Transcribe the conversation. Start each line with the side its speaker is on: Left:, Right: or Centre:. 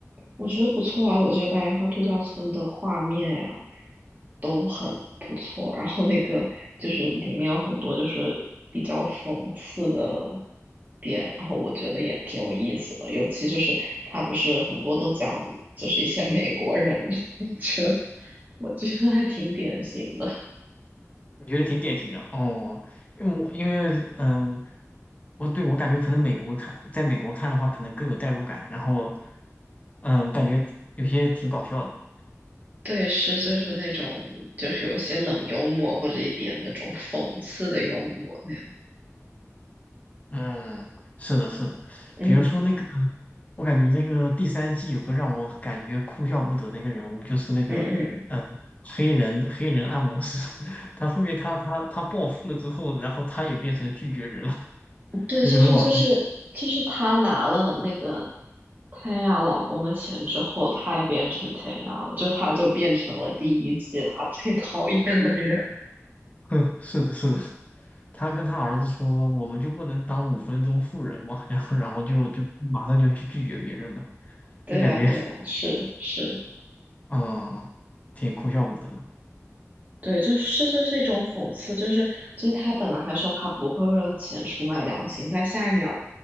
Right: 我觉得不错啊，我觉得白莲花度假村的画面啊都很不错，然后那个就是里面有很多就是比较讽刺的点，然后我觉得也挺有意思的，尤其就是他不是很多都讲就是一些美国人嘛，<laughs> 我觉得我觉得还挺典型的，
Left: 你觉得挺典型的哦，因为我因为嗯，我对我感觉可能美国看，在美国看的话，可能更有代入感，然后嗯，感觉有些挺搞笑的。
Right: 对，是就是那种就是有一些冷幽默或者一点那种讽刺的幽默那样，
Left: 嗯，是的，是的，
Right: 嗯
Left: 比如说那个，我感觉那个第三季有个让我感觉哭笑不得的一个人物，就是那个
Right: 嗯嗯。
Left: 黑人黑人按摩师，<laughs> 他后面他他他暴富了之后，然后他也变成拒绝人了，<laughs>
Right: 对，
Left: 这就很好笑。
Right: 就是就是就是她拿了那个
Left: <laughs>
Right: 天涯老公的钱之后，他也变成天涯了，就他就变成了第一季他 <laughs> 最讨厌的人。
Left: 哼，是的，是的，他跟他儿子说，我们就不能当五分钟富人吗？” <laughs> 然后然后就就马上就去拒绝别人了，
Right: 对啊，
Left: 就感觉
Right: 对啊，是是，
Left: 嗯，挺哭笑不得的。
Right: 对，就是这就是一种讽刺，就是就是他本来还说他不会为了钱出卖良心，但下一秒